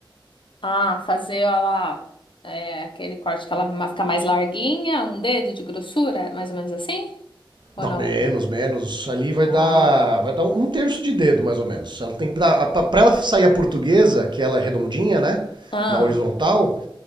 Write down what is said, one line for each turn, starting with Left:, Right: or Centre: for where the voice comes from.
Left: Ah, fazer ela é, aquele corte que ela ma- fica mais larguinha, um dedo de grossura, mais ou menos assim? Ou
Right: Não,
Left: não?
Right: menos, menos. Ali vai
Left: Ah,
Right: dar, vai dar um um terço de dedo, mais ou menos. Ela tem que dar, para ela sair a portuguesa, que ela é redondinha, né?
Left: ah,
Right: Na horizontal,